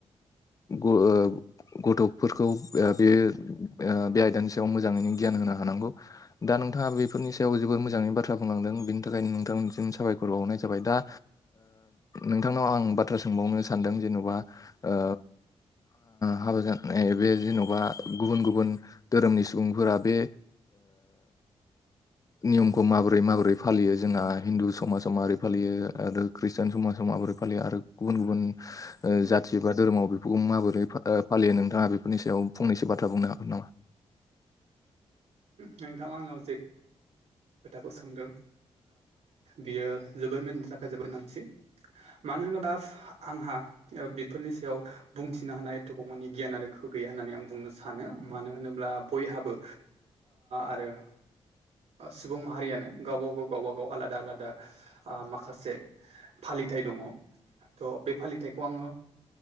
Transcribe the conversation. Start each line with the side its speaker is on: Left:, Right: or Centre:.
Left: ओ <unintelligible> गथ'फोरखौ बे बे आयदानि सायाव मोजांङैनो गियान होनो हानांगौ। दा नोंथाङा बेफोरनि सायाव जोबबोोर मोजाङै बाथ्रा बुंलांदों बेनि थाखायनो नोंथांनिसिम साबायखरसै फोरबावहरनाय जाबाय दा नोंथांनाव आं बाथ्रा सोंबावनो सानदों जेन'बा ओ हाबा जानाय बे जेन'बा गुबुन गुबुन धोरोमनि सुबुंफोरा बे नियमखौ माबोरै माबोरै फालियो जोंहा हिन्दु समाजावो माबोरै फालियो आरो खृष्टिान समाजाव माबोरै फालियो आरो गुबुन गुबुन जाथि बा धोरोम बेफोरखौ माबोरै फालियो नोंथाङा बेफोरनि सायाव फंनैसो बाथ्रा बुंनो हागोन नामा?
Right: नोंथां आंनाव खोथाखौ सोंदों बियो जोबोर मथिनि थाखाय जोबोर नांसि मानो होनोबा आंहा बेफोरनि सायावो बुंथिनो हानाय एथबावमानानि गियान आरो गोहो गैया होननानै आं बुंनो सानो मानो होनोब्ला बयहाबोओ आरो सुबुं माहारियानो गावबा गावनो गावबाागाव आलादा आलादा माखासे फालिथाइ दंङ। ओ बे फालिथायखौ आंङो